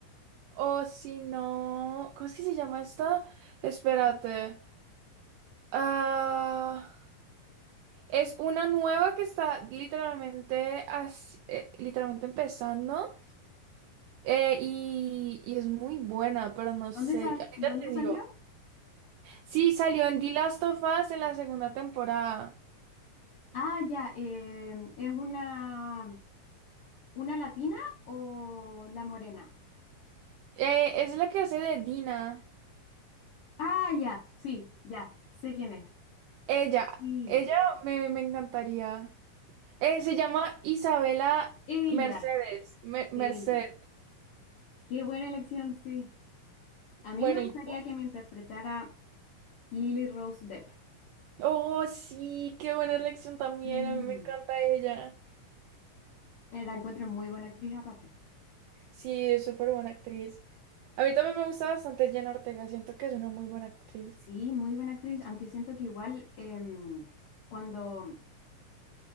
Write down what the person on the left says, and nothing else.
¿Dónde sal-
dónde
salió?
Ah, ya, em, es una ¿Una latina o la morena?
Ah, ya, sí, ya, sé quién es.
Sí,
ella,
ella. Qué buena elección, sí. A mí
me gustaría
que me interpretara Lily Rose Depp.
Mm,
eh, La encuentro muy buena actriz aparte.
Sí, muy buena actriz, aunque siento que igual em, cuando